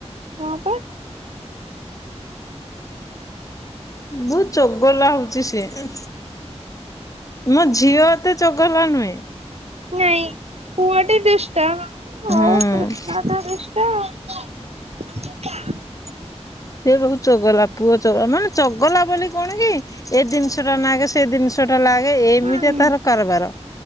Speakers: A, on the right; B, on the left.
A: ହଁ ପା
B: ବହୁତ ଚଗଲା ହଉଛି ସିଏ। ମୋ ଝିଅ ଏତେ ଚଗଲା ନୁହେଁ।
A: ନାଇଁ ପୁଅ ଟି ଦୁଷ୍ଟ ହଉ
B: ହୁଁ
A: କୃଷ୍ଣ ତ ଦୁଷ୍ଟ। <unintelligible>
B: ସେ ବହୁତ ଚଗଲା ପୁଅ ଚଗଲା ମାନେ ଚଗଲା ବୋଲି କଣ କି ଏ ଜିନିଷ ଟା ନାଗେ ସେ ଜିନିଷ ଟା ଲାଗେ ଏମିତି
A: ହଁ
B: ତାର କାରବାର।